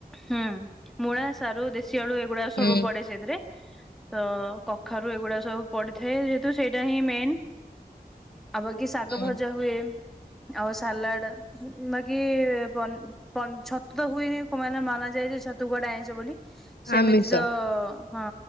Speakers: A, in the centre; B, on the left.
A: ହୁଁ ମୂଳା, ସାରୁ ଶିଆଳୁ ଏଗୁଡା ସବୁ
B: ହୁଁ
A: ପଡେ ସେଇଥିରେ। ତ କଖାରୁ ଏଗୁଡା ସବୁ ପଡିଥାଏ। ଯେହେତୁ ସେଇଟା ହିଁ ମେନ୍। ଆଉ ବାକିି ଶାଗ
B: ହୁଁ।
A: ଭଜା ହୁଏ। ଆଉ ସାଲାଡ ବାକି ପନି ପନ୍ ଛତୁ ତ ହୁଏନି ଖ ମାନେ ମାନା ଯାଆ ଯେ ଛତୁ କୁଆଡେ ଆଇଁସ ବୋଲି। ସେମିତି
B: ଆମିଷ
A: ତ ହଁ